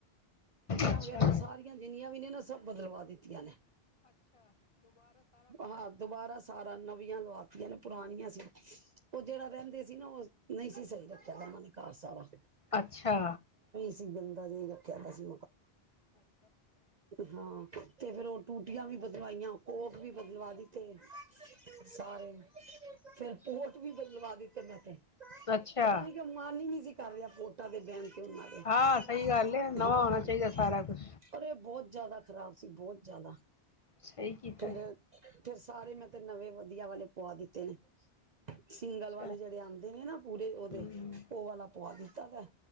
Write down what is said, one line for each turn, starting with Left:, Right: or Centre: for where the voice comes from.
Left: ਅੱਛਾ
Right: ਆਂ ਵਗੈਰਾ ਸਾਰੀਆਂ ਜਿੰਨੀਆਂ ਵੀ ਨੇ ਨਾ ਸਭ ਬਦਲਵਾ ਦਿੱਤੀਆਂ ਨੇ ਹਾਂ ਦੁਬਾਰਾ ਸਾਰਾ ਨ ਲਵਾਤੀਆਂ ਨੇ ਪੁਰਾਣੀਆਂ ਸੀ, ਉਹ ਜਿਹੜਾ ਰਹਿੰਦੇ ਸੀ ਨਾ ਉਹ ਨਹੀਂ ਸੀ ਸਹੀ ਰੱਖਿਆ ਉਹਨਾਂ ਨੇ ਘਰ ਸਾਰਾ,
Left: ਅੱਛਾ,
Right: ਅ ਬਦਾ ਜੇ ਰੱਖਿਆ ਦਾ ਸੀ। ਹਾਂ ਤੇ ਫੇਰ ਉਹ ਟੂਟੀਆਂ ਵੀ ਬਦਲਵਾਈਆਂ ਕੋਖ ਵੀ ਬਦਲਵਾ ਦਿੱਤੇ ਸਾਰੇ ਫਿਰ ਪ ਵੀ ਬਦਲਵਾ ਦਿੱਤੇ ਮੈਂ ਤੇ ਤਾਂ
Left: ਅੱਛਾ
Right: ਪਤਾ ਨ ਕਿ ਮਾਲੀ ਨ ਸੀ। ਕਰ ਰਿਹਾ ਪੋਟਾਂ ਦੇ ਬੈਣ ਤੇ ਮ ਦੇ
Left: ਹਾਂ ਸਹੀ ਗੱਲ ਹੈ ਨਵਾਂ
Right: ਹਾਂ।
Left: ਹੋਣਾ ਚਾਹੀਦਾ ਸਾਰਾ ਕੁਛ
Right: ਪਰ ਇਹ ਬਹੁਤ ਜ਼ਿਆਦਾ ਖ਼ਰਾਬ ਸੀ, ਬਹੁਤ ਜ਼ਿਆਦਾ
Left: ਸਹੀ ਕੀਤਾ
Right: ਫਿਰ, ਫਿਰ ਸਾਰੇ ਮੈਂ, ਫਿਰ ਨਵੇਂ ਵਧੀਆ ਵਾਲੇ ਪੁਆ ਦਿੱਤੇ ਨੇ, <inaudible> ਸਿੰਗਲ
Left: ਅੱਛਾ
Right: ਵਾਲੇ ਜਿਹੜੇ ਆਦੇ ਨੇ ਨਾ, ਪੂਰੇ ਉਹਦੇ
Left: ਹਮ,
Right: ਉਹ ਵਾਲਾ ਪੁਆ ਦਿੱਤਾ ਵਾ,